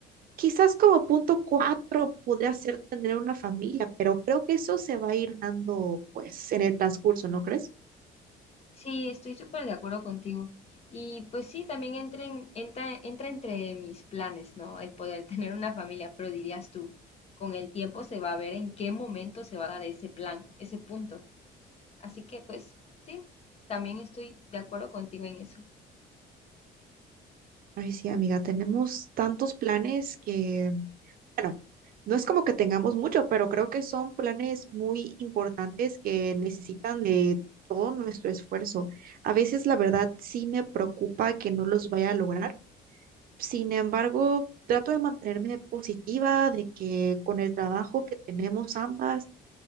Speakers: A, on the right; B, on the left.
A: Quizás como punto cuatro podría ser tener una familia, pero creo que eso se va a ir dando pues en el transcurso, ¿no crees?
B: Sí, estoy súper de acuerdo contigo. Y pues sí, también entra, en- entra, entra entre mis planes, ¿no? El poder <laughs> tener una familia, pero dirías tú, con el tiempo se va a ver en qué momento se va a dar ese plan, ese punto. Así que pues sí, también estoy de acuerdo contigo en eso.
A: Ay, sí, amiga, tenemos tantos planes que, bueno, no es como que tengamos mucho, pero creo que son planes muy importantes que necesitan de todo nuestro esfuerzo. A veces, la verdad, sí me preocupa que no los vaya a lograr. Sin embargo, trato de mantenerme positiva, de que con el trabajo que tenemos ambas,